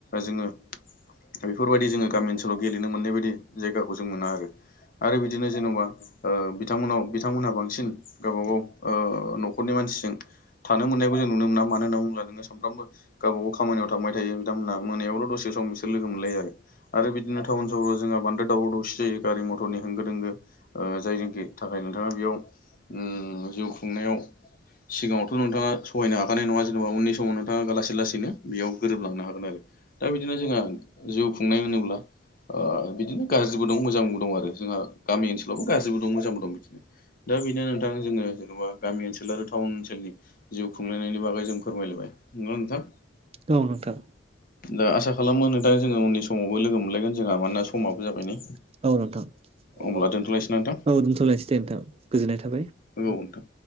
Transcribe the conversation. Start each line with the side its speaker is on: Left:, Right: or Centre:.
Left: जोङो बेफोरबायदि जोङो <unintelligible> <unintelligible> गेलेनो मोननाय बायदि जायगाखौ जों मोना आरो। आरो बिदिनो जेन'बा ओ बिथांमोनाव बिथांमोनहा बांसिन गावबा गाव ओ न'खरनि मानसिजों थानो मोननायखौ जों नुनो मोना। मानो होनना बुंंङोब्ला नोङो सानफ्रामबो गावबा गाव खामानियाव थांबाय थायो बिथांमोनहा मोनायावल' दसे <unintelligible> लोगो मोनलायो आरो बिदिनो टाउन सहराव जोंहा बांद्राय दावराव दावसि जायो। गारि मथरनि होंगो दोंगो ओ जायनिखि थाखाय नोंथांङा बेयाव उम जिउ खुंनायाव सिगाङावथ' नोंथाङा सहायनो हाखानाय नङा। जेनेबा उननि समाव नोंथांङा लासै लासैनो बेयाव गोरोबलांनो हागोन आरो। दा बिदिनो जोंहा जिउ खुंनाय होनोब्ला ओ बिदिनो गाज्रिबो दं मोजांबो दं आरो। जोंहा गामि ओनसोलावबो गाज्रिबो दं मोजांबो दं। बिदिनो दा बेनो नोंथां जोङो जेन'बा गामि ओनसोल आरो टाउन ओनसोलनि जिउ खुंलायनायनि बागै जों फोरमायलायबाय। नंगौ नोंथां।
Right: औ नोंथां
Left: दा आसा खालामो नोंथां जोङो उननि समावबो लोगो मोनलायगोन जोंहा
Right: औ
Left: मानोना समाबो जाबाय नै
Right: नोंथां। औ
Left: अब्ला दोनथ'लायसै ना नोंथां
Right: दोनथ'लायसै दे नोंथां गोजोननाय थाबाय।
Left: नोंगौ नोंथां।